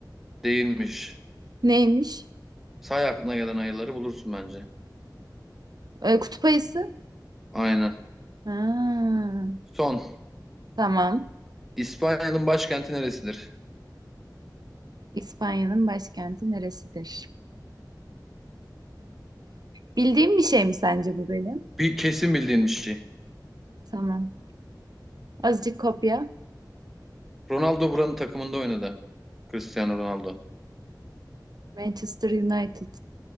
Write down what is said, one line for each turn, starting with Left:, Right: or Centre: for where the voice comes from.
Centre: Değilmiş.
Right: Neymiş?
Centre: Say aklına gelen ayıları bulursun bence.
Right: Ee, kutup ayısı.
Centre: Aynen.
Right: Ha,
Centre: Son.
Right: tamam.
Centre: İspanya'nın başkenti neresidir?
Right: İspanya'nın başkenti neresidir? Bildiğim bir şey mi sence bu benim?
Centre: Bir kesin bildiğin bir şey.
Right: Tamam. Azıcık kopya.
Centre: Ronaldo buranın takımında oynadı. Cristiano Ronaldo.
Right: Manchester United.